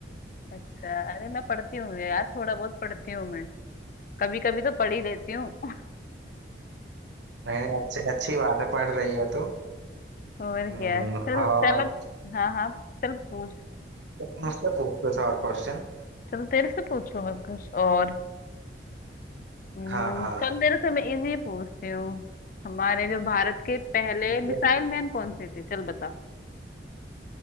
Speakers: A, on the left (about 45°); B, on the right (about 85°).
A: अच्छा अरे मैं पढ़ती हूँ यार थोड़ा बहुत पढ़ती हूँ मैं कभी कभी तो पढ़ ही लेती हूँ
B: नहीं नहीं अच्छी अच्छी बात है पढ़ रही है तो
A: और
B: हम्म,
A: क्या चल
B: और
A: चल अब हाँ हाँ चल पूछ
B: तुम मुझसे पूछ कुछ और क्वेश्चन
A: चल तेरे से पूछू मैं कुछ और हम्म,
B: हाँ हाँ
A: चल तेरे से मैं इजी पूछती हूँ हमारे जो भारत के पहले
B: ठीक
A: मिसाइल
B: है
A: मैन कौन से थे चल बता